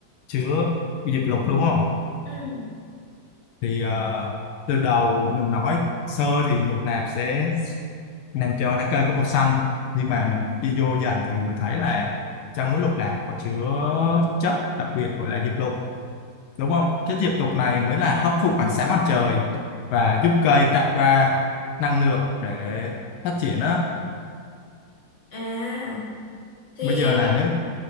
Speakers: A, on the left (about 80°); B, on the left (about 35°).
A: chứa diệp lục đúng không?
B: ừ
A: Thì ờ, từ đầu mình nói sơ thì lục lạc sẽ Nam cho lá cây có màu xanh nhưng mà mình đi vô dần thì mình thấy là trong muối lục lạc có chứa chất đặc biệt gọi là diệp lục đúng không chất diệp lục này mới là hấp thụ ánh sáng mặt trời và giúp cây tạo ra năng lượng để phát triển á
B: à thì
A: bây giờ là nếu